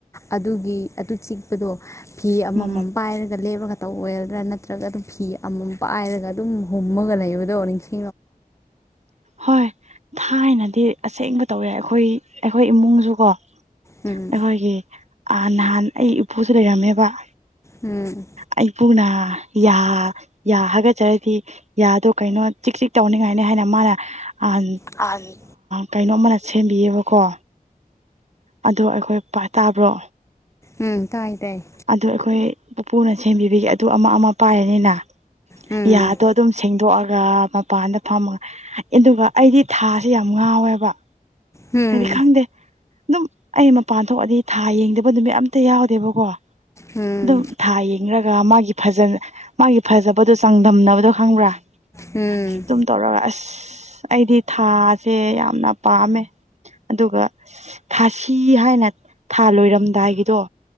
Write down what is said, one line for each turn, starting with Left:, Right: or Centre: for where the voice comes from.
Left: ꯑꯗꯨꯒꯤ ꯑꯗꯨ ꯆꯤꯛꯄꯗꯣ ꯐꯤ ꯑꯃꯃꯝ꯫
Right: ꯎꯝ
Left: ꯄꯥꯏꯔꯒ ꯂꯦꯞꯄꯒ ꯇꯧ ꯑꯣꯏꯒꯗ꯭ꯔꯥ ꯅꯠꯇ꯭ꯔꯒ ꯑꯗꯨꯝ ꯐꯤ ꯑꯃꯃꯝ ꯄꯥꯏꯔꯒ ꯑꯗꯨꯝ ꯍꯨꯝꯃꯒ ꯂꯩꯕꯗꯧ ꯅꯤꯡ <unintelligible>
Right: ꯍꯣꯏ ꯊꯥꯏꯅꯗꯤ ꯑꯁꯦꯡꯕ ꯇꯧꯋꯦ ꯑꯩꯈꯣꯏ ꯑꯩꯈꯣꯏ ꯏꯃꯨꯡꯁꯨ ꯀꯣ꯫
Left: ꯎꯝ
Right: ꯑꯩꯈꯣꯏꯒꯤ ꯑꯥ ꯅꯍꯥꯟ ꯑꯩ ꯏꯄꯨꯁꯨ ꯂꯩꯔꯝꯃꯦꯕ꯫
Left: ꯎꯝ꯫
Right: ꯑꯩꯕꯨꯅ ꯌꯥ ꯌꯥ ꯍꯥꯒꯠꯆꯔꯗꯤ꯫ ꯌꯥꯗꯣ ꯀꯩꯅꯣ ꯆꯤꯛ ꯆꯤꯛ ꯇꯧꯅꯤꯡꯉꯥꯏꯅꯤ ꯍꯥꯏꯅ ꯃꯥꯅ ꯑꯝ꯫
Left: ꯍꯥꯏꯌꯦ꯫
Right: ꯀꯩꯅꯣꯝꯃꯅ ꯁꯦꯝꯕꯤꯌꯦꯕꯀꯣ ꯑꯗꯣ ꯑꯩꯈꯣꯏ ꯄꯥ ꯇꯥꯕ꯭ꯔꯣ꯫
Left: ꯎꯝ ꯇꯥꯏꯌꯦ ꯇꯥꯏꯌꯦ꯫
Right: ꯑꯗꯨ ꯑꯩꯈꯣꯏ ꯄꯨꯄꯨꯅ ꯁꯦꯝꯕꯤꯕꯒꯤ ꯑꯗꯨ ꯑꯃ ꯑꯃ ꯄꯥꯏꯔꯅꯤꯅ꯫
Left: ꯎꯝ
Right: ꯌꯥꯗꯣ ꯑꯗꯨꯝ ꯁꯦꯡꯗꯣꯛꯑꯒ ꯃꯄꯥꯟꯗ꯫ ꯐꯝꯃꯒ ꯑꯗꯨꯒ ꯑꯩꯗꯤ ꯊꯥꯁꯦ ꯌꯥꯝ ꯉꯥꯎꯋꯦꯕ꯫
Left: ꯎꯝ
Right: ꯍꯥꯏꯗꯤ ꯈꯪꯗꯦ ꯑꯗꯨꯝ ꯑꯩ ꯃꯄꯥꯟ ꯊꯣꯛꯑꯗꯤ ꯊꯥ ꯌꯦꯡꯗꯕ ꯅꯨꯃꯤꯠ ꯑꯝꯇ ꯌꯥꯎꯗꯦꯕꯀꯣ꯫ ꯑꯗꯨꯝ
Left: ꯎꯝ
Right: ꯊꯥꯌꯦ꯫ ꯈꯪꯔꯒ ꯃꯥꯒꯤ ꯐꯖ ꯃꯥꯒꯤ ꯐꯖꯕꯗꯣ ꯆꯥꯡꯗꯝꯅꯕꯗꯣ ꯈꯪꯕ꯭ꯔꯥ꯫
Left: ꯎꯝ꯫
Right: ꯑꯗꯨꯝ ꯇꯧꯔꯒ ꯑꯁ ꯑꯩꯗꯤ ꯊꯥꯁꯦ ꯌꯥꯝꯅ ꯄꯥꯝꯃꯦ꯫ ꯑꯗꯨꯒ ꯊꯥꯁꯤ ꯍꯥꯏꯅ ꯊꯥ ꯂꯣꯏꯔꯝꯗꯥꯏꯒꯤꯗꯣ꯫